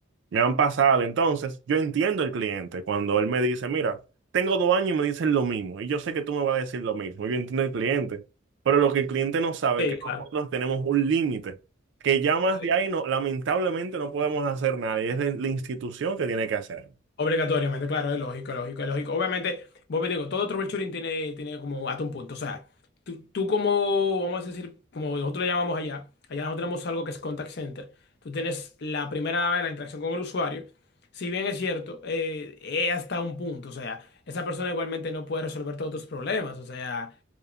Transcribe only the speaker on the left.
Sí,
claro.
Ok.
Obligatoriamente, claro, es lógico, es lógico, es lógico. Obviamente, vos me digo, todo troubleshooting tiene, tiene como hasta un punto. O sea, tú, tú como, vamos a decir, como nosotros lo llamamos allá, allá nosotros tenemos algo que es contact center. Tú tienes la primera vez la interacción con el usuario. Si bien es cierto, eh, es hasta un punto. O sea, esa persona igualmente no puede resolver todos tus problemas. O sea,